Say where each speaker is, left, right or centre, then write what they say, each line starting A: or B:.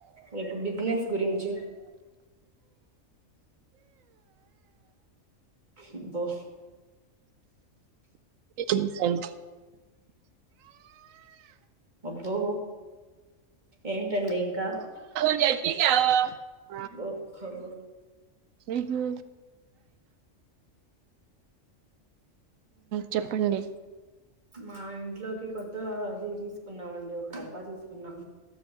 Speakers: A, on the right; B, on the right.
A: రేపు బిజినెస్ గురించి ఇబ్బో
B: స స
A: అబ్బు ఏంటండి ఇంకా
B: చ్చ క
A: బఓ హబో
B: సకి చెప్పండి
A: మా ఇంట్లోకి కొత్త అది తీసుకున్నామ అండి ఒక డబ్బా తీసుకున్నాం